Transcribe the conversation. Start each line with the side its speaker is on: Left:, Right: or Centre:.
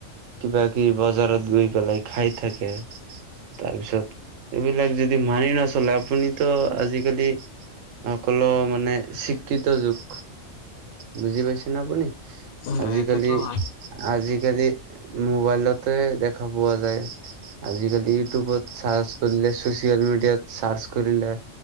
Right: কিবা কিবি বজাৰত গৈ পেলাই খাই থাকে। তাৰপিছত এইবিলাক যদি মানি নচলে আপুনিতো আজিকালি সকলো মানে শিক্ষিত যুগ বুজি পাইছে ন আপুনি।
Left: হয়
Right: আজিকালি
Left: এইটোতো হয়
Right: আজিকালি মোবাইলতে দেখা পোৱা যায়। আজিকালি ইউটিউবত চাৰ্চ কৰিলে, চচিয়েল মিডিয়াত চাৰ্চ কৰিলে